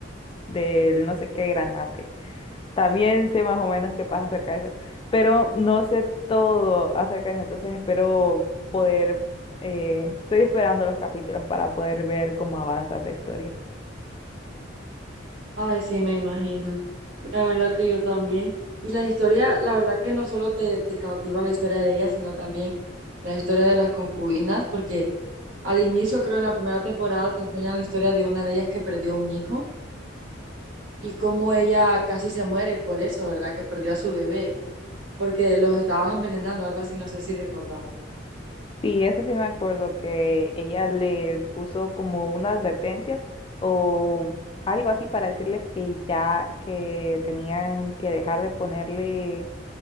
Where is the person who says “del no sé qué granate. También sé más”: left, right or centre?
Left